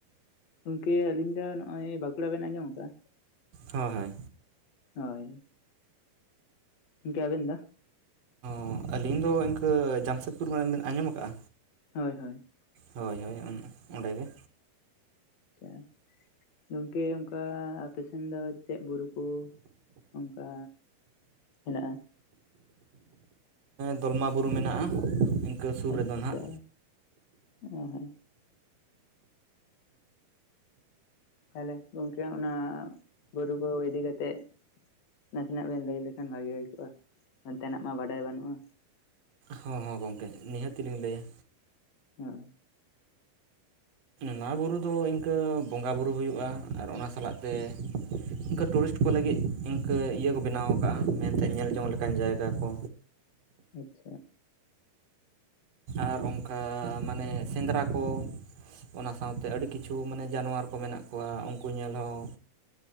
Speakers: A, on the left (about 50°); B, on the right (about 45°).
A: ᱜᱚᱝᱠᱮ ᱟᱞᱤᱧ ᱫᱚ ᱱᱚᱜᱼᱚᱭ ᱵᱟᱸᱠᱩᱲᱟ ᱵᱮᱱ ᱟᱸᱡᱚᱢ ᱠᱟ ᱾
B: ᱦᱚ ᱦᱳᱭ
A: ᱦᱳᱭ ᱤᱧᱠᱮ ᱟᱵᱤᱱᱫᱟ
B: ᱚ ᱟᱹᱞᱤᱧ ᱫᱚ ᱤᱱᱠᱟᱹ ᱡᱟᱢᱥᱮᱫᱽᱯᱩᱨ ᱠᱷᱚᱱ ᱵᱮᱱ ᱟᱸᱡᱚᱢ ᱟᱠᱟᱫᱼᱟ
A: ᱦᱳᱭ ᱦᱳᱭ
B: ᱦᱳᱭ ᱦᱳᱭ ᱚᱸᱰᱮ ᱜᱮ
A: ᱟᱪᱪᱷᱟ ᱜᱚᱝᱠᱮ ᱚᱱᱠᱟ ᱟᱯᱮᱥᱮᱱ ᱫᱚ ᱪᱮᱜ ᱵᱩᱨᱩ ᱠᱚ ᱚᱱᱠᱟ ᱦᱮᱱᱟᱜᱼᱟ
B: ᱫᱚᱞᱢᱟ ᱵᱩᱨᱩ ᱢᱮᱱᱟᱜᱼᱟ ᱤᱱᱠᱟᱹ ᱥᱩᱨ
A: ᱟᱪᱪᱷᱟ
B: ᱨᱮᱫᱚ ᱱᱟᱦᱟᱜ
A: ᱚ ᱦᱮ ᱛᱟᱦᱞᱮ ᱜᱚᱝᱠᱮ ᱚᱱᱟ ᱵᱩᱨᱩ ᱠᱚ ᱤᱫᱤ ᱠᱟᱛᱮ ᱱᱟᱥᱮᱱᱟᱜ ᱵᱮᱱ ᱞᱟᱹᱭ ᱞᱮᱠᱷᱟᱱ ᱵᱷᱟᱜᱤ ᱦᱩᱭ ᱠᱚᱜᱼᱟ ᱚᱱᱛᱮᱱᱟᱜ ᱢᱟ ᱵᱟᱰᱟᱭ ᱵᱟᱹᱱᱩᱜᱼᱟ
B: ᱦᱚᱸ ᱦᱚᱸ ᱜᱚᱢᱠᱮ ᱱᱤᱦᱟᱹᱛ ᱛᱮᱞᱤᱧ ᱞᱟᱹᱭᱟ
A: <inaudible>
B: ᱱᱚᱣᱟ ᱵᱩᱨᱩ ᱫᱚ ᱤᱱᱠᱟᱹ ᱵᱚᱸᱜᱟᱼᱵᱩᱨᱩ ᱦᱩᱭᱩᱜᱼᱟ ᱟᱨ ᱚᱱᱟ ᱥᱟᱞᱟᱜ ᱛᱮ ᱤᱱᱠᱟᱹ ᱴᱩᱨᱤᱥᱴ ᱠᱚ ᱞᱟᱹᱜᱤᱫ ᱤᱱᱠᱟᱹ ᱤᱭᱟᱹ ᱠᱚ ᱵᱮᱱᱟᱣ ᱠᱟᱜᱼᱟ ᱢᱮᱱᱛᱮ ᱧᱮᱞ ᱡᱚᱝ ᱞᱮᱠᱟᱱ ᱡᱟᱭᱜᱟ ᱠᱚ
A: ᱟᱪᱪᱷᱟ
B: ᱟᱨ ᱚᱱᱠᱟ ᱢᱟᱱᱮ ᱥᱮᱸᱫᱽᱨᱟ ᱠᱚ ᱚᱱᱟ ᱥᱟᱶᱛᱮ ᱟᱹᱰᱤ ᱠᱤᱪᱷᱩ ᱢᱟᱱᱮ ᱡᱟᱱᱣᱟᱨ ᱠᱚ ᱢᱮᱱᱟᱜ ᱠᱚᱣᱟ ᱩᱱᱠᱩ ᱧᱮᱞ ᱦᱚᱸ